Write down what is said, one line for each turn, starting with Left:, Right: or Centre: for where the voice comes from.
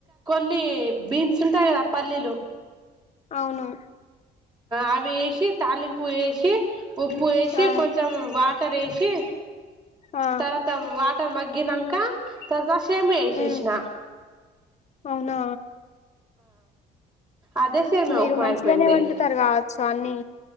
Right: పల్లీ బీన్స్ ఉంటాయి కదా పల్లీలు
Left: అవును
Right: అవి ఎసి తాలింపుూ ఎసి ఉప్పు వేసి
Left: ఆ
Right: కొంచెం వాట్ తరేసి
Left: ఆ
Right: తర్వాత వాట మ గనాంక సేమ్యా ఏసేసిన
Left: ఉమ్ అవునా
Right: అదే సేమియా
Left: మీరు
Right: ఉప్మా
Left: మంచిగానే
Right: అయిపోయింది
Left: వంటుతారు కా స్వాని